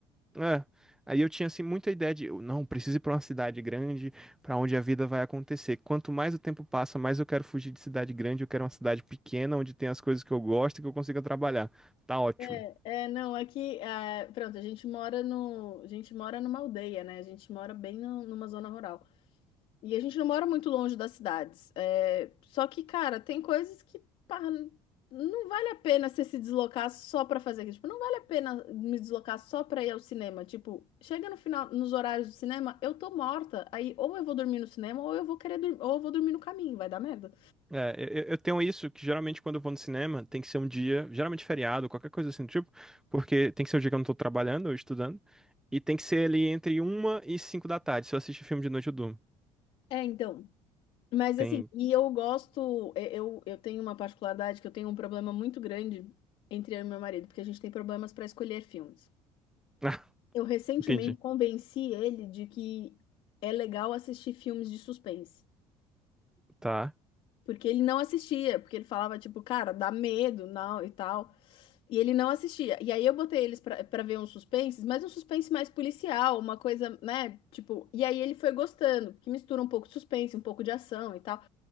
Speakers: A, in the centre; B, on the left.
A: É, aí eu tinha assim muita ideia de, eu, não, preciso ir para uma cidade grande, para onde a vida vai acontecer. Quanto mais o tempo passa, mais eu quero fugir de cidade grande, eu quero uma cidade pequena onde tem as coisas que eu gosto e que eu consiga trabalhar. Tá ótimo.
B: É, é, não, aqui, é, pronto, a gente mora no, a gente mora numa aldeia, né? A gente mora bem na- numa zona rural. E a gente não mora muito longe das cidades. É, só que, cara, tem coisas que, pá, não vale a pena você se deslocar só pra fazer aquilo. Tipo, não vale a pena me deslocar só pra ir ao cinema. Tipo, chega no final, nos horários do cinema, eu tô morta. Aí ou eu vou dormir no cinema, ou eu vou querer dormir, ou eu vou dormir no caminho, vai dar merda.
A: É, eu, eu tenho isso que geralmente quando eu vou no cinema tem que ser um dia, geralmente feriado, qualquer coisa assim do tipo, porque tem que ser o dia que eu não tô trabalhando ou estudando, e tem que ser ali entre uma e cinco da tarde. Se eu assistir filme de noite, eu durmo.
B: É, então. Mas
A: Tem.
B: assim, e eu gosto, e- eu, eu tenho uma particularidade que eu tenho um problema muito grande entre eu e meu marido, porque a gente tem problemas para escolher filmes.
A: <laughs> Ah,
B: Eu recentemente
A: entendi.
B: convenci ele de que é legal assistir filmes de suspense,
A: Tá.
B: porque ele não assistia, porque ele falava tipo, cara, dá medo, não, e tal, e ele não assistia. E aí eu botei eles para para ver uns suspenses, mas um suspense mais policial, uma coisa, né, tipo, e aí ele foi gostando, que mistura um pouco de suspense, um pouco de ação e tal.